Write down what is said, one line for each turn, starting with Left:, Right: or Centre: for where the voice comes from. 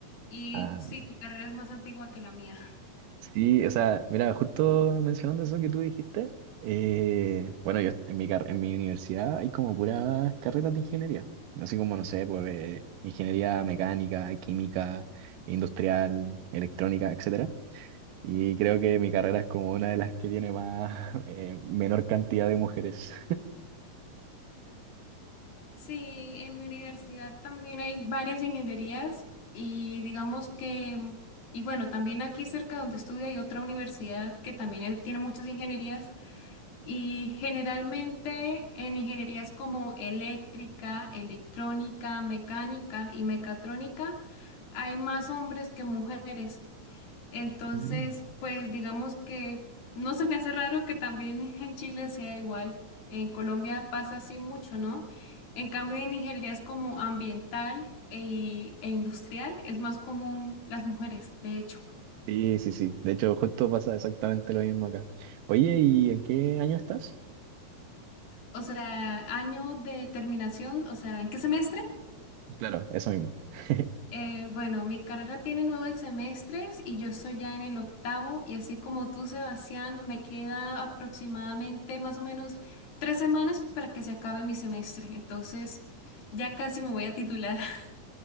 Left: Y
Right: Ah,
Left: sí, tu carrera es más antigua que la mía. <laughs>
Right: sí, o sea, mira, justo mencionando eso que tú dijiste, eh, bueno, yo en mi, car- en mi universidad hay como puras carreras de ingeniería, así como, no sé, pues eh, ingeniería mecánica, química, industrial, electrónica, etcétera. Y creo que mi carrera es como una de las que tiene más, <laughs> eh, menor cantidad de mujeres.
Left: Sí, en mi universidad también hay varias ingenierías y digamos que, y bueno, también aquí cerca donde estudio hay otra universidad que también es- tiene muchas ingenierías. Y generalmente en ingenierías como eléctrica, electrónica, mecánica y mecatrónica hay más hombres que mujeres. Entonces,
Right: Mm. <laughs>
Left: pues digamos que no se me hace raro que también en Chile sea igual. En Colombia pasa así mucho, ¿no? En cambio, en ingenierías como ambiental e, e industrial es más común las mujeres, de hecho.
Right: Sí, sí, sí. De hecho, justo pasa exactamente lo mismo acá. Oye, ¿y en qué año estás?
Left: O sea, año de terminación, o sea, ¿en qué semestre?
Right: Claro, eso mismo. <laughs>
Left: Eh, bueno, mi carrera tiene nueve semestres y yo estoy ya en el octavo y así como tú, Sebastián, me queda aproximadamente más o menos tres semanas para que se acabe mi semestre. Entonces, ya casi me voy a titular. <laughs>